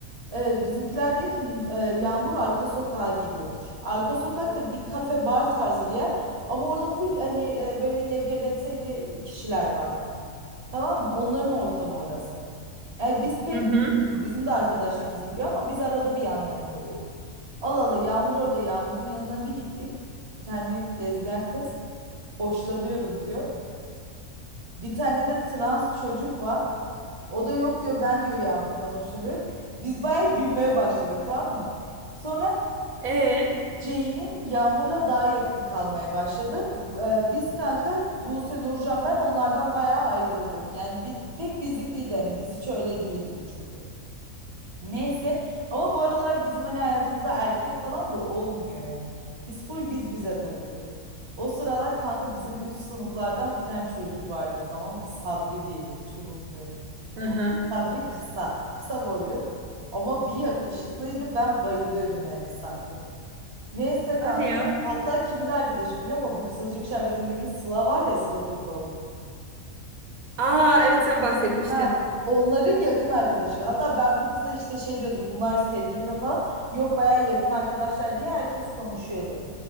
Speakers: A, on the right; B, on the right.
A: Ee, bizimkiler diyor ki "N- e, Yağmur arka sokağa gidiyormuş. Arka sokak da bir kafe bar tarzı bir yer. Ama orada full hani e, böyle LGBT'li kişiler var. Tamam mı? Onların ortamı orası. Yani biz pek
B: Hı hı.
A: bizim de arkadaşlarımız gidiyor ama biz arada bir yanlarına uğruyoruz. Allah Allah Yağmur orada Yağmur'un yanına bir gittik. Bir tane lezbiyen kız hoşlanıyorum diyor. Bir tane de trans çocuk var. O da yok diyor ben diyor Yağmur'dan hoşlanıyorum. Biz bayağı gülmeye başladık tamam mı? Sonra
B: E. Hı
A: Ceylin Yağmur'la daha yakın kalmaya başladı. Ee, biz kanka Buse, Nurcan ben onlardan bayağı ayrıldık. Yani bi- pek bizlik değildi hani biz hiç öyle değildik çünkü. Neyse ama bu aralar bizim hani hayatımızda erkek falan da olmuyor yani. Biz full biz bize takılıyoruz. O sıralar kanka bizim üst sınıflardan bir tane çocuk vardı tamam mı? Sabri diye hiç unutmuyorum.
B: Ee? hı.
A: Sabri kısa, kısa boylu ama bir yakışıklıydı. Ben bayılıyordum yani Sabri'ye. Neyse kanka.
B: Hadi ya.
A: Hatta kimin arkadaşı biliyor musun? Bu Kızılcık Şerbeti'ndeki Sıla var ya Sıla Türkoğlu.
B: Aa evet sen bahsetmiştin.
A: Ha, onların yakın arkadaşı. Hatta ben bu kızla işte şey diyordum. Bunlar sevgili mi falan. Yok bayağı yakın arkadaşlar diye herkes konuşuyordu.